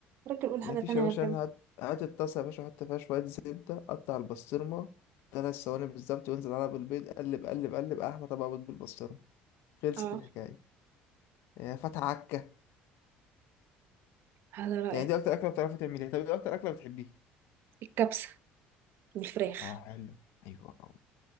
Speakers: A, on the right; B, on the left.
A: راجل قول
B: مفيش
A: حاجة تانية
B: يا باشا
A: غير كده
B: أنا هات هات الطاسة يا باشا حط فيها شوية زبدة قطع البسطرمة تلات ثواني بالظبط وانزل عليها بالبيض قلب قلب قلب أحلى طبق بيض بالبسطرمة خلصت
A: اه
B: الحكاية يا فتح عكة
A: هذا رأيك
B: يعني دي أكتر أكلة بتعرفي تعمليها طب إيه أكتر أكلة بتحبيها؟
A: الكبسة بالفراخ
B: آه حلو أيوة